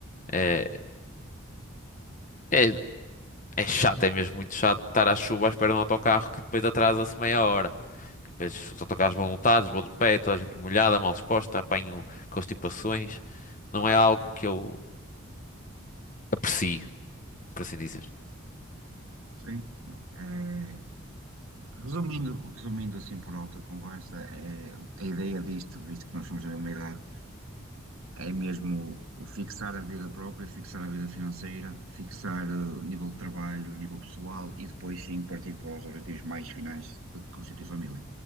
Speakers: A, on the left (about 40°); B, on the right (about 80°).
A: eh, é, é chato, é mesmo muito chato estar à chuva à espera de um autocarro que depois atrasa-se meia hora. E depois os autocarros vão lotados, vou de pé, toda a gente molhada, mal disposta, apanho constipações. Não é algo que eu aprecio, por assim dizer.
B: Sim. É, resumindo, resumindo assim por alta conversa, é, a ideia disto, visto que nós somos da mesma idade, é mesmo o fixar a vida própria, fixar a vida financeira, fixar eh, o nível de trabalho, o nível pessoal e depois sim partir para os objetivos mais finais de constituir família.